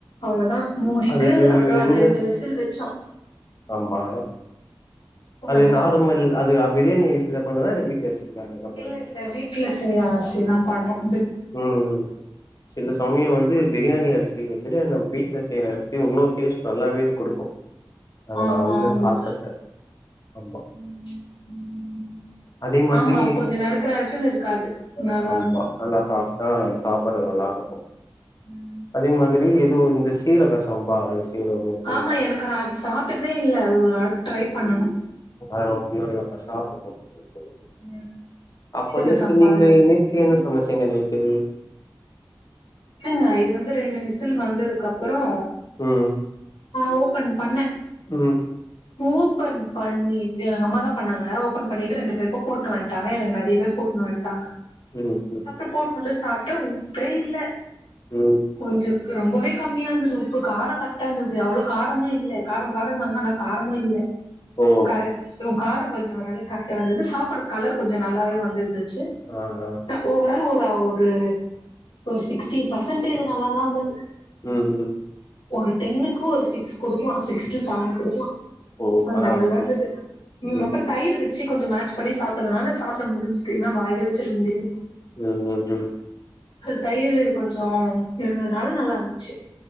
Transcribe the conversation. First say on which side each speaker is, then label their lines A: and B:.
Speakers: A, on the left; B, on the left.
A: அவ்ளோ தான் மூடிட்டு
B: அது
A: அப்றோ அது
B: என்ன
A: ரெண்டு விசில் வச்சோம்
B: ஆமா
A: சொல்லுங்க
B: அது நார்மல் அது பிரியாணி பண்ணதா இல்ல அரிசில நம்ம
A: இல்ல இல்ல வீட்ல செய்ய அரிசி தான் பண்ணும்
B: உம் சில சமயம் வந்து பிரியாணி அரிசி இத விட நம்ம வீட்ல செய்யிற அரிசி இன்னும் டேஸ்ட் நல்லாவே கொடுக்கும் அத
A: ஆமா
B: நான் வந்து
A: ஆமா
B: பாத்துருக்கேன் ரொம்ப
A: ம் ம்
B: அதே மாதிரி
A: ஆமா கொஞ்சோ நறுக்கு நறுக்குன்னு இருக்காது நல்லா
B: ஆமா
A: இருக்கு
B: நல்லா சா ஆ சாப்பாடு நல்லா இருக்கும்
A: ம்
B: அதே மாதிரி எதுவும் இந்த சீரக சம்பா ஒண்ணு சொல்லுவாங்க
A: ஆமா எனக்கு நான் அது சாப்ட்டதே இல்ல அது ஒரு நாள் ட்ரை பண்ணணும்
B: அதெல்லா ஓப்பன் ஆனதுக்கு அப்ரோ சாப்படனு போயிட்டு
A: ம் சீரக
B: அப்படியாக்கு
A: சம்பால
B: நீங்க நேத்து என்ன சமைச்சிங்க நைட்டு
A: இல்லங்க இது வந்து ரெண்டு விசில் வந்ததுக்கு அப்றோ
B: ம்
A: ஆ ஓபன் பண்ண
B: ம்
A: ஓபன் பண்ணிட்டு எங்க அம்மா தான் பண்ணாங்க ஓபன் பண்ணிட்டு ரெண்டு பேருக்கும் போட்டு வந்டாங்க எனக்கு நறைய பேர் போட்டு வந்டாங்க
B: ம் ம்
A: அப்புறோ போட்டு வந்து சாப்ட்ட உப்பே இல்ல
B: ம்
A: கொஞ்சம் ரொம்பவே கம்மியா இருந்தது இப்ப காரோ கரெக்டா இருந்தது அவ்ளோ காரமும் இல்ல காரோ காரோ நாங்க ஆனா காரமும் இல்ல
B: ஓ
A: கரெக்ட் காரோ கொஞ்ஜோ ஓரளவு கரெக்டா வந்தது சாப்பாடு கலர் கொஞ்ஜோ நல்லாவே வந்துருந்தது ச்சு
B: ஆ ஆ
A: ஒ ஓவர ஆலா ஒரு ஒரு ஒரு சிக்ஸ்டி பர்சன்டேஜ் நல்லாதான் வந்தது
B: உஹம் உம்
A: ஒரு டென்னுக்கும் ஒரு சிக்ஸ் குடுக்கலாம் சிக்ஸ் டு செவன் குடுக்கலாம்
B: ஓ
A: அந்த
B: பரவாயில்லைங்க
A: அளவுதான் இந்தது உம்
B: ம்
A: அப்புறம் தயிர் வச்சு கொஞ்சம் மாட்ச் பண்ணி சாப்பிறதுனால சாப்பிட முடிஞ்சுது இல்லன்னா வாயில வச்சிர்க்க முடியாது
B: ஹம் உம் உஹம்
A: அது தயிர் கொஞ்சம் இருந்ததுனால நல்லா இருந்துச்சு